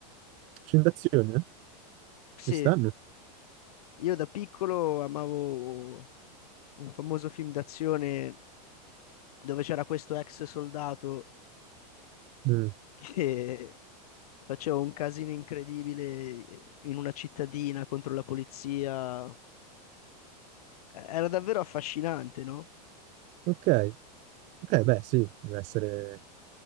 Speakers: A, on the right; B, on the left.
A: Film d'azione?
B: Sì,
A: Ci stanno?
B: io da piccolo amavo un famoso film d'azione dove c'era questo ex soldato
A: Mm,
B: che <laughs> faceva un casino incredibile in una cittadina contro la polizia. Era davvero affascinante, no?
A: Ok, ok, beh, sì, deve essere